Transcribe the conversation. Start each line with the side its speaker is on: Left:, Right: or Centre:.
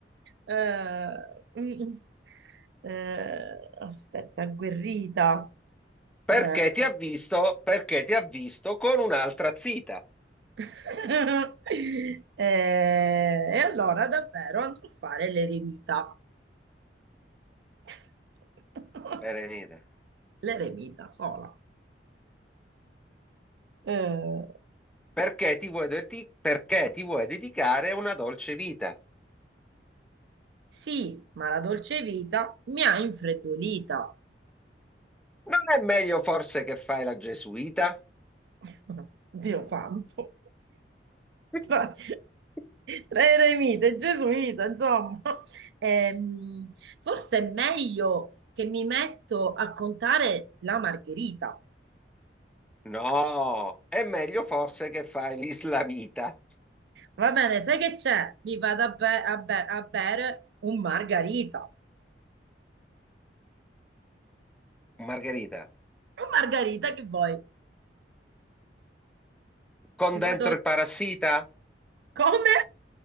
Right: Eh, mm, mm. eh, aspetta, agguerrita.
Centre: perché
Right: Eh,
Centre: ti ha visto, perché ti ha visto con un'altra zita,
Right: <laughs> eh, e allora davvero andrò a fare l'eremita. <laughs>
Centre: Berenice.
Right: L'eremita sola. Eh,
Centre: Perché ti vuoi, dedi- perché ti vuoi dedicare a una dolce vita?
Right: sì, ma la dolce vita mi ha infreddolita.
Centre: Non è meglio forse che fai la gesuita?
Right: <laughs> Dio santo.
Centre: <laughs>
Right: Tra, tra eremita e gesuita, insomma. Ehm, forse è meglio che mi metto a contare la margherita.
Centre: No, è meglio forse che fai l'islamita.
Right: Va bene, sai che c'è? Mi vado a, be- a be- a bere un margarita.
Centre: Margherita,
Right: Un margarita che vuoi?
Centre: con
Right: Mi
Centre: dentro
Right: vado...
Centre: il parassita?
Right: Come?